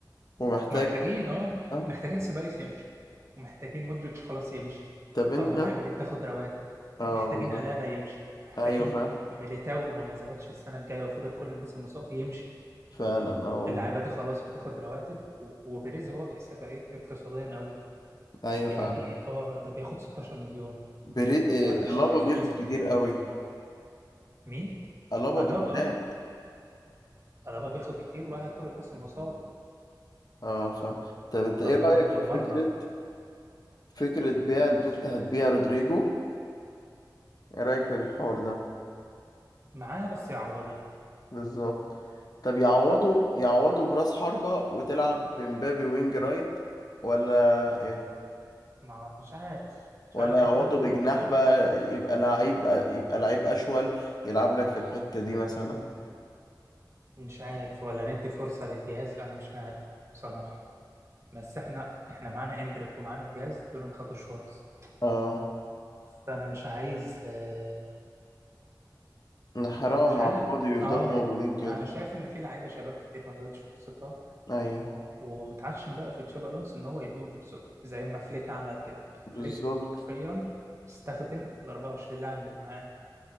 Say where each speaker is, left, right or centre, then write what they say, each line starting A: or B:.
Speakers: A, on the left (about 55°); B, on the right (about 40°).
A: ومحتاج
B: محتاجين اه
A: اه
B: محتاجين سيبايوس يمشي ومحتاجين مودريتش خلاص يمشي
A: طب انت
B: طالما اللعيبه دي بتاخد رواتب
A: اه
B: محتاجين
A: بالظبط
B: ألابا يمشي محتاجين
A: ايوه فعلا
B: ميليتاو لو ما ظبطش السنه الجايه وفضل كل الموسم مصاب يمشي
A: فعلا اه والله
B: اللعيبه دي خلاص بتاخد رواتب و- وبيريز هو بيحسبها ايه اقتصاديا قوي
A: ايوه
B: يعني
A: فعلا
B: اه ده بياخد 16 مليون
A: بري...
B: طب انا
A: آه،
B: مش
A: ألابا
B: هعرف
A: بياخد
B: اضيف
A: كتير قوي
B: مين
A: ألابا
B: ألابا
A: بالذات
B: اه ألابا بياخد كتير وقاعد طول الموسم مصاب
A: اه فعلا طب انت
B: طب
A: ايه رأيك
B: ما تم دمرنا
A: في فكرة فكرة بيع اللي انت هتبيع رودريجو ايه رأيك في الحوار ده
B: معاه بس يعوضوا
A: بالظبط طب يعوضوا يعوضوا براس حربة وتلعب بمبابي وينج رايت ولا ايه
B: ما مش عارف مش
A: ولا
B: عارف
A: يعوضوا
B: امبابي م-
A: بجناح بقى يبقى لعيب يبقى لعيب اشول يلعب لك في الحتة دي مثلا
B: مش عارف ولا ندي فرصة لدياز انا مش عارف بصراحة بس احنا احنا معانا اندريك ومعانا دياز دول ما خدوش فرص
A: اه
B: فانا مش عايز آه،
A: نحرقهم
B: مش عارف
A: على الفاضي ويفضلوا
B: اه
A: موجودين كده
B: انا شايف ان في لعيبة شباب كتير ما خدتش فرصتها
A: ايوه
B: ومتعشم بقى في تشابي الونسو ان هو يديهم فرصتهم زي ما فليك عمل كده يعني
A: بالظبط
B: فليك حرفيا استخدم ال 24 لاعب اللي معاه